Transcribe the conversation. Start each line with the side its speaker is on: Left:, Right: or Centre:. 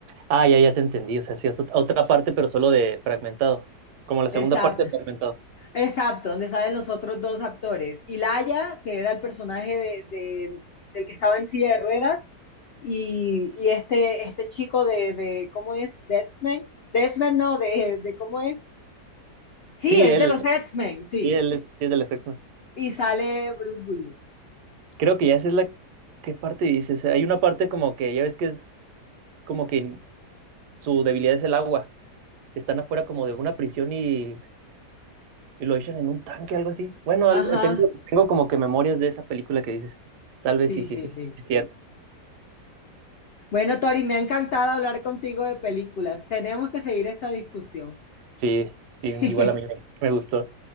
Right: ah, ya, ya te entendí. O sea, sí, es ot- otra parte, pero solo de fragmentado. Como la
Left: Exacto,
Right: segunda parte de fragmentado.
Left: exacto, donde salen los otros dos actores. Y Laia, que era el personaje de, de- del que estaba en silla de ruedas, y, y este, este chico de, de ¿cómo es? De X-Men. De X-Men no, de, de ¿cómo es? Sí,
Right: Sí,
Left: es
Right: él,
Left: de los X-Men, sí.
Right: sí, él es, sí es de los x
Left: Y sale Bruce Willis.
Right: Creo que ya esa es la... ¿Qué parte dices? Hay una parte como que, ya ves que es como que su debilidad es el agua. Están afuera como de una prisión y, y lo echan en un tanque, algo así. Bueno, algo,
Left: Ajá,
Right: tengo, tengo como que memorias de esa película que dices. Tal vez
Left: sí,
Right: sí, sí,
Left: sí,
Right: sí.
Left: sí.
Right: sí, Cierto.
Left: Bueno, Tori, me ha encantado hablar contigo de películas. Tenemos que seguir esta discusión.
Right: Sí, sí,
Left: <laughs>
Right: igual a mí me, me gustó.